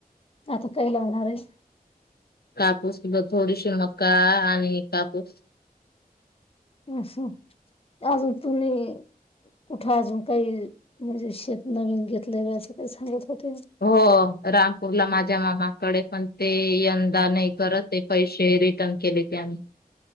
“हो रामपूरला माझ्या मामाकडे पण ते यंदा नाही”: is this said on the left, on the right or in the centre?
Left